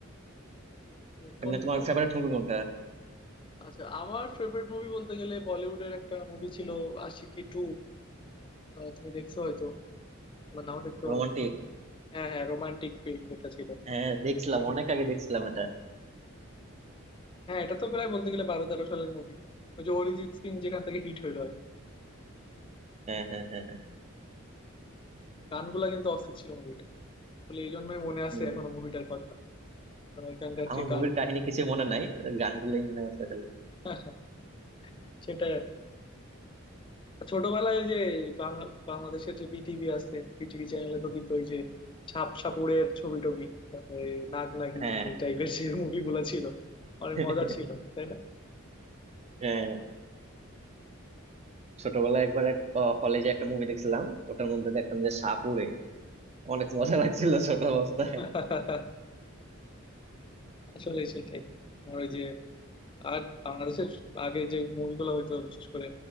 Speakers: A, on the left; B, on the right.
A: উম, কোন
B: এমনি তোমার
A: কো-
B: ফেভারিট মুভি কোনটা
A: আচ্ছা আমার ফেভারিট মুভি বলতে গেলে বলিউডের একটা মুভি ছিল আশিকি টু তুমি দেখছো হয়তো বা নাও দেখতে পারো
B: রোমান্টিক
A: হ্যাঁ হ্যাঁ রোমান্টিক ফিল্ম যেটা ছিল
B: হ্যাঁ দেখছিলাম
A: সেটা।
B: অনেক আগে দেখছিলাম এটা
A: হ্যাঁ এটা তো প্রায় বলতে গেলে বারো তেরো সালের মুভি ওই যে অরিজিৎ সিং যেখান থেকে হিট হইলো আর কি।
B: হ্যাঁ হ্যাঁ হ্যাঁ হ্যাঁ
A: গানগুলা কিন্তু অস্থির ছিল মুভিটা বলে এই জন্যই মনে আছে
B: হুম,
A: এখনো মুভিটার কথা কারণ ওইখানকার
B: আমার
A: যে গান
B: মুভির কাহিনী কিছু মনে নাই গানগুলোই মনে আছে খালি
A: <laughs> সেটাই আর কি ছোটবেলায় ওই যে বাংলা বাংলাদেশের যে বিটিভি আছে বিটিভি চ্যানেলে তো দিত ওই যে সাপ সাপুড়ের ছবি টবি তারপরে নাগ নাগিনী
B: হ্যাঁ
A: এই টাইপের যে মুভিগুলা ছিল অনেক
B: <laughs>
A: মজার ছিল তাই না
B: হ্যাঁ ছোটবেলায় একবার এক কলেজে একটা মুভি দেখছিলাম ওটার মধ্যে দেখলাম যে সাপ উড়ে অনেক মজা লাগছিল ছোট অবস্থায়
A: <laughs> আসলে সেটাই আর ওই যে আর বাংলাদেশের আগে যে মুভিগুলো হইতো বিশেষ করে